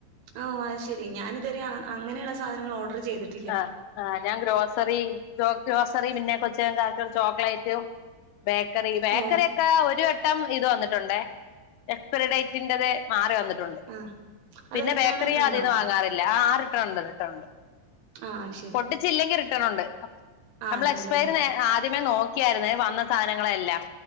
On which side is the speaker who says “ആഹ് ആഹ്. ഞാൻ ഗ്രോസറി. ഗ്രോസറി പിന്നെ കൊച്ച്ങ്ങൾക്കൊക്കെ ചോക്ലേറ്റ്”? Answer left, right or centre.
Left